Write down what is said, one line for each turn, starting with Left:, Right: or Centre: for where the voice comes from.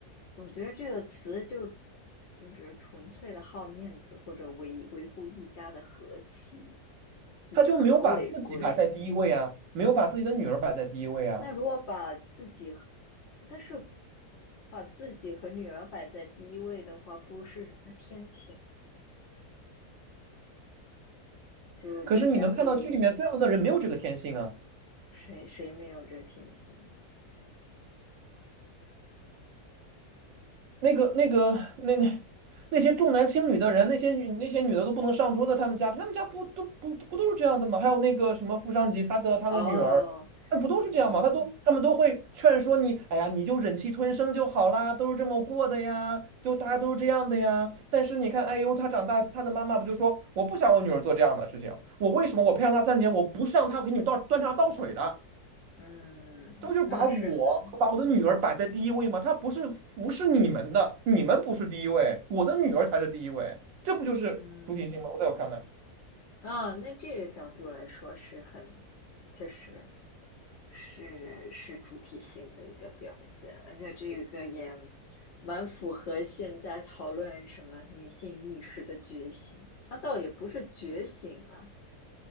Left: 总觉得这个词就就只是纯粹的好面子，或者维维护一家的和气，以和为贵。
Right: 他就没有把自己摆在第一位啊，没有把自己的女儿摆在第一位啊。
Left: 那如果把自己和但是把自己和女儿摆在第一位的话，不是人的天性，就大家会
Right: 可是你能看到剧里面非常多的人没有这个天性啊。
Left: 谁谁没有这天性？
Right: 那个、那个、那那那些重男轻女的人，那些女那些女的都不能上桌的，他们家他们家不都不不都是这样的吗？还有那个什么富商级，他的他的女儿，
Left: 哦，
Right: 那不都是这样吗？
Left: 你
Right: 他都他们都会劝说你，哎呀，你就忍气吞声就好啦，都是这么过的呀，就大家都是这样的呀。但是你看，哎呦，他长大，他的妈妈不就说，我不想我女儿做这样的事情，我为什么我培养她三十年，我不是让她给你们倒端茶倒水的。
Left: 嗯，
Right: 这不就是把我把我的女儿摆在第一位吗？
Left: 那是呢。
Right: 她不是服侍你们的，你们不是第一位，我的女儿才是第一位，这不就是主体性吗？
Left: 嗯，
Right: 我在我看来，
Left: 啊，那这个角度来说是很，确实是是主体性的一个表现，而且这个也蛮符合现在讨论什么女性意识的觉醒。那倒也不是觉醒啊，